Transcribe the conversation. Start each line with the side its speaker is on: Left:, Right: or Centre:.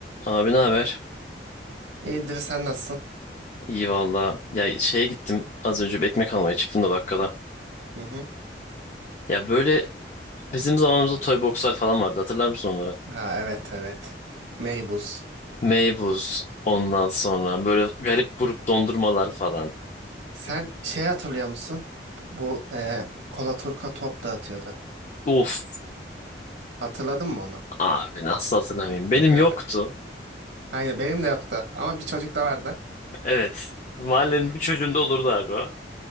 Left: Abi ne haber?
Right: İyidir sen nasılsın?
Left: İyi valla. Ya şeye gittim. Az önce bir ekmek almaya çıktım da bakkala.
Right: Hı hı.
Left: Ya böyle bizim zamanımızda toy boxlar falan vardı. Hatırlar mısın onları?
Right: Ha evet evet. Meybuz.
Left: Meybuz ondan sonra böyle garip grup dondurmalar falan.
Right: Sen şey hatırlıyor musun? Bu e, Kola Turka top dağıtıyordu.
Left: Uf
Right: Hatırladın mı onu?
Left: abi nasıl hatırlamayayım.
Right: <laughs>
Left: Benim yoktu.
Right: Aynen benim de yoktu ama bir çocuk da vardı.
Left: Evet. Mahallenin bir çocuğunda olurdu abi o.